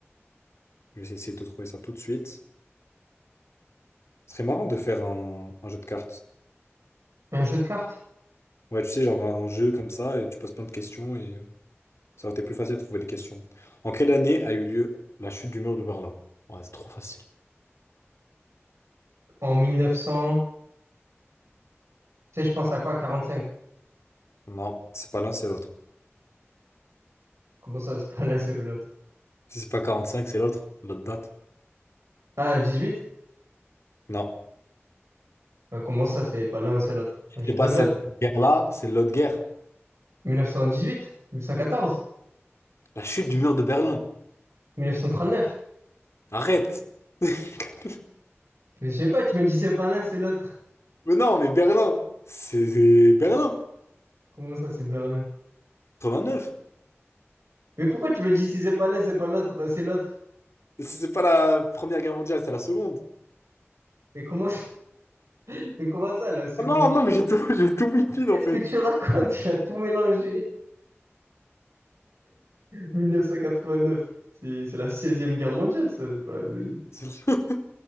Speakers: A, on the left; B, on the right.
A: je vais essayer de te trouver ça tout de suite. Ce serait marrant de faire un, un jeu de cartes.
B: Un jeu de cartes
A: Ouais, tu sais, genre un jeu comme ça, et tu poses plein de questions, et euh, ça aurait été plus facile de trouver des questions. En quelle année a eu lieu la chute du mur de Berlin? Ouais, c'est trop facile.
B: en 1900, tu sais, je pense à quoi? à 45.
A: Non, c'est pas l'un, c'est l'autre.
B: Comment ça, c'est pas l'un, c'est l'autre?
A: Si c'est pas quarante-cinq, c'est l'autre, l'autre date.
B: Ah, 18?
A: Non.
B: Euh, Comment ça, c'est pas l'un, c'est l'autre?
A: Si
B: Moi, J'ai
A: c'est
B: deux
A: pas
B: dates.
A: cette guerre-là, c'est l'autre guerre.
B: 1918, 1914.
A: La chute du mur de Berlin.
B: 1939?
A: Arrête! <laughs>
B: Mais Je sais pas, tu me dis c'est pas l'un, c'est l'autre.
A: Mais non, mais Berlin! C'est c'est Berlin!
B: Comment ça, c'est Berlin?
A: neuf
B: Mais pourquoi tu me dis si c'est pas l'un, c'est pas l'autre, euh, c'est l'autre?
A: C'est c'est pas la Première Guerre mondiale, c'est la seconde.
B: Mais comment, ça- <laughs> mais comment ça, la Seconde
A: Ah non,
B: Guerre?
A: non, mais j'ai tout, <laughs> j'ai tout wi
B: Qu'est-ce
A: en fait.
B: que tu racontes? Il a tout mélangé. 1989, c'est c'est la 16 guerre mondiale, ça. c'est pas la deux-
A: <laughs>